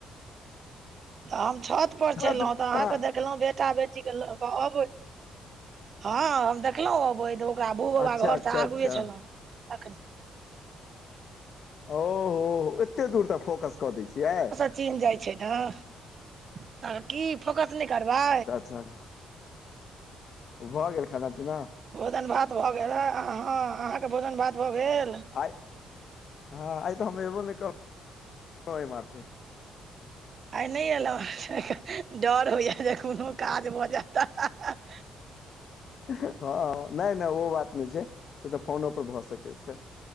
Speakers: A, on the right; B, on the left.
A: तऽ हम छत पर
B: हमरा
A: छेलौं
B: सब
A: तऽ अहाँके
B: कहाँ
A: देखलौं बेटा बे टी के लऽ कऽ अबै हँ हम देखलौं अबैत ओ ओकरा भू बाबा
B: अच्छा
A: घर
B: अच्छा
A: स आगुए
B: अच्छा
A: छलौं तखने।
B: ओ हो हो एत्ते दूर तक फोकस कऽ दैय छियै।
A: चीन्ह जाइ छै नह। तऽ की फोकस नै करबै।
B: जह <inaudible> भऽ गेल खाना पिना?
A: भोजन भात भऽ गेल ए अहाँ - अहाँक भोजन भात भऽ गेल?
B: आइ हँ आइ तऽ हम एबो नै क <unintelligible> ओइ माथे।
A: आइ नै एलहु डर होइये जे कोनो काज भऽ जाय तऽ।
B: हँ हॅं नै नै ओ बात नै छै से त फोनो पर भऽ सकै छै।